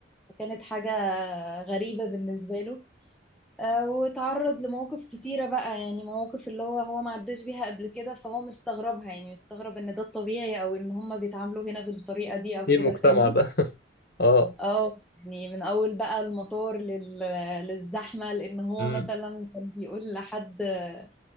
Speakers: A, in the centre; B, on the left.
A: فكانت حاجة غريبة بالنسبة له آه، واتعرض لمواقف كتيرة بقى يعني مواقف اللي هو هو ما عداش بيها قبل كده فهو مستغربها يعني مستغرب ان ده الطبيعي او ان هما بيتعاملوا هنا بالطريقة دي او
B: ايه
A: كده
B: المجتمع
A: فاهمني
B: ده <laughs> اه
A: اه يعني من اول بقى المطار لل... للزحمه لان هو
B: امم
A: مثلا كان بيقول لحد آه،